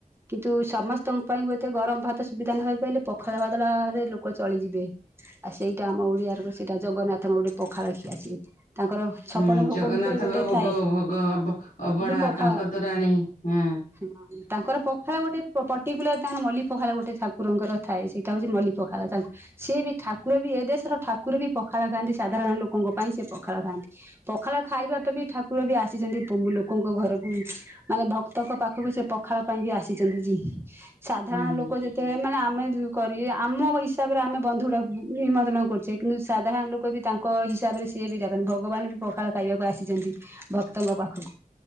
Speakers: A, on the right; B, on the left.
A: କିନ୍ତୁ ସମସ୍ତଙ୍କ ପାଇଁ ହୁଏତ ଗରମ ଭାତ ସୁବିଧା ନହେଇ ପାରିଲେ ପଖା ପଖାଳ ଭାତଟା ରେ ଲୋକ ଚଳିଯିବେ। ଆଉ ସେଇଟା ଆମ ଓଡିଆର ସେଇଟା ଜଗନ୍ନାଥଙ୍କ ଗୋଟେ ପଖାଳ ଖିଆ ଅଛି ତାଙ୍କର ଛପନ
B: ହୁଁ ଜଗନ୍ନାଥଙ୍କ
A: ଭୋଗ ଭିତରେ ଗୋଟେ
B: ଭୋଗ
A: ଥାଏ
B: ଭୋଗ ଅବ ଅବଢା
A: ବି ପଖାଳ।
B: ଟଙ୍କଟୋରାଣୀ ହୁଁ।
A: <inaudible> ତାଙ୍କର ପଖାଳ ଗୋଟେ ପର୍ଟିକୁଲାର ତାଙ୍କର ମଲ୍ଲି ପଖାଳ ଗୋଟେ ଠାକୁରଙ୍କର ଥାଏ ସେଇଟା ହେଉଛି ମଲ୍ଲି ପଖାଳ ତାଙ୍କୁ ସିଏ ବି ଠାକୁର ବି ଏ ଦେଶର ଠାକୁର ବି ପଖାଳ ଖାଆନ୍ତି ସାଧାରଣ ଲୋକଙ୍କ ପାଇଁ ସେ ପଖାଳ ଖାଆନ୍ତି। ପଖାଳ ଖାଇବାଟା ବି ଠାକୁର ବି ଆସିଛନ୍ତି ପମୁ ଲୋକଙ୍କ ଘରକୁ। ମାନେ ଭକ୍ତଙ୍କ ପାଖକୁ ସେ ପଖାଳ ପାଇଁ ବି ଆସିଛନ୍ତି ଜି ସାଧାରଣ
B: ହୁଁ
A: ଲୋକ ଯେତେବେଳେ ମାନେ ଆମେ କରି ବେ ଆମ ହିସାବରେ ଆମେ ବନ୍ଧୁଡ଼ାକୁଛେ ନିମନ୍ତ୍ରଣ କରୁଛେ କିନ୍ତୁ ସାଧାରଣ ଲୋକ ବି ତାଙ୍କ ହିସାବରେ ସେ ସିଏ ବି ଦେଖନ୍ତି ଭଗବାନ ବି ପଖାଳ ଖାଇବାକୁ ଆସିଛନ୍ତି ଭକ୍ତଙ୍କ ପାଖକୁ।